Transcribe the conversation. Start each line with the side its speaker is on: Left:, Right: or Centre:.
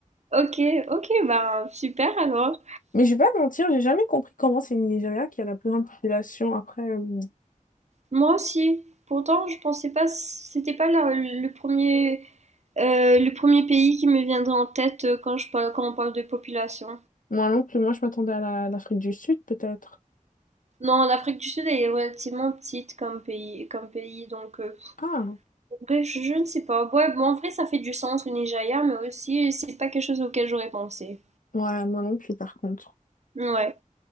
Right: Ok, ok, bah super alors.
Left: Mais je vais pas te mentir, j'ai jamais compris comment c'est le Nigeria qui a la plus grande population. Après, euh,
Right: Moi aussi. Pourtant, je pensais pas, c'était pas la- le premier, euh, le premier pays qui me viendrait en tête euh, quand je parle, quand on parle de population.
Left: moi non plus, moi je m'attendais à la- l'Afrique du Sud peut-être.
Right: Non, l'Afrique du Sud est relativement petite comme pays, comme pays, donc euh,
Left: Ah,
Right: en vrai, je, je ne sais pas. Ouais, bon, en vrai, ça fait du sens le Nigeria, mais aussi c'est pas quelque chose auquel j'aurais pensé.
Left: ouais, moi non plus par contre.
Right: Ouais.